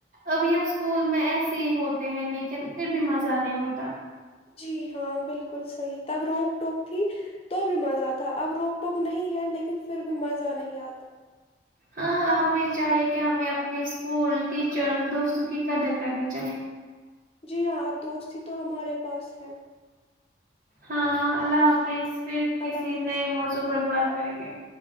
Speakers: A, on the right; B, on the left.
A: ابھی ہم اسکول میں ایسے ہی ہو ہیں لیکن پھر بھی مزہ نہیں ہوتا
B: جی ہاں بالکل صحیح تب روک ٹوک تھی تو بھی مزہ تھا اب روک ٹوک نہیں ہے لیکن پھر بھی مزہ نہیں آتا
A: ہاں اب ہمیں چاہیے کہ ہمیں اپنے اسکول ٹیچر دوستوں کی قدر کرنی چاہیے
B: جی ہاں اب دوستی تو ہمارے پاس ہے
A: ہاں اللہ حافظ پھر کسی
B: اللہ حافظ
A: نئے موضوع پر بات کریں گے